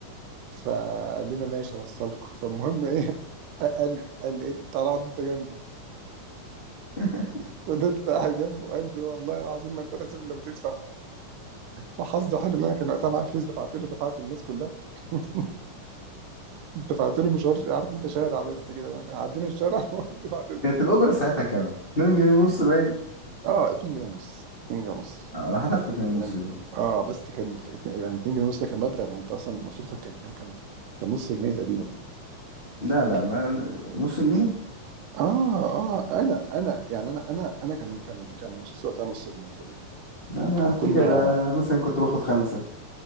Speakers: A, on the right; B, on the left.
A: فقال لنا ماشي اوصلكم فالمهم ايه <laughs> قال قال ايه طلعت انت جنبي
B: <laughs>
A: فضلت قاعد جنبه قال لي والله العظيم ما انت نازل الا بتدفع وحظي حلو ان انا كان وقتها معايا فلوس دفعت له دفعت للناس كلها <laughs> دفعت له مشوار عارف انت شارع بس كده يعني عدينا الشارع <laughs> ودفعت له
B: كانت الاجره ساعتها كام 2 جنيه ونص باين
A: اه 2 جنيه ونص 2 جنيه ونص
B: آه، انا حضرت 2 ونص
A: يعني
B: دي برضه.
A: اه بس كان يعني 2 جنيه ونص ده كان مبلغ ما انت اصلا مصروفك كان كان كان كان نص جنيه تقريبا
B: لا لا ما نص جنيه
A: اه اه انا انا يعني انا انا انا كان كان كان مصروفي وقتها نص جنيه تقريبا
B: لا، انا
A: احنا
B: افتكر
A: كنا
B: آه، مثلا كنت باخد خمسه